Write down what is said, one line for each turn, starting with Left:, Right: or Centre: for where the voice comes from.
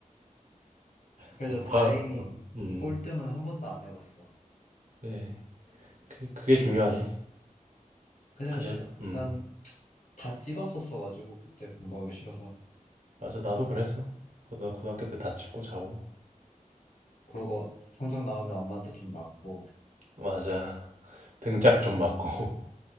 Left: 그래서
Right: 공부가,
Left: 다행히
Right: 어, 음,
Left: 꼴등은 한 번도 안 해봤어.
Right: 네. 그, 그게 중요하지.
Left: 근데
Right: 사실, 음,
Left: 난 다 찍었었어가지고 그때 공부하기 싫어서
Right: 맞아. 나도 그랬어. 나도 고등학교 때 다치고 자고.
Left: 그러고 성적 나오면 엄마한테 좀 맞고
Right: 맞아. 등짝 좀 맞고. <laughs>